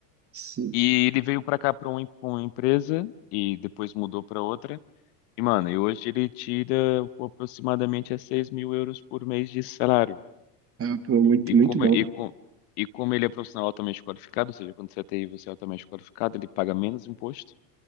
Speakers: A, on the right; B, on the left.
A: Sim,
B: E ele veio pra cá pra uma, em- uma empresa, e depois mudou pra outra, e mano, e hoje ele tira aproximadamente a 6 mil euros por mês de salário.
A: é, pô, muito,
B: E
A: muito
B: como,
A: bom.
B: e, com, e como ele é profissional altamente qualificado, ou seja, quando você é TI, você é altamente qualificado, ele paga menos imposto.